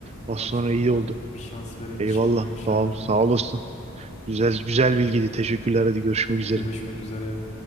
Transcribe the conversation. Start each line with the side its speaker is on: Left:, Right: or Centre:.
Right: Az
Left: Baştan
Right: sonra iyi
Left: hocam
Right: oldu.
Left: bir şans verin
Right: Eyvallah.
Left: Ş- Young Sheldon'a.
Right: Tamam sağ olasın. Güzel güzel bilgiydi. Teşekkürler. Hadi görüşmek üzere.
Left: Görüşmek üzere.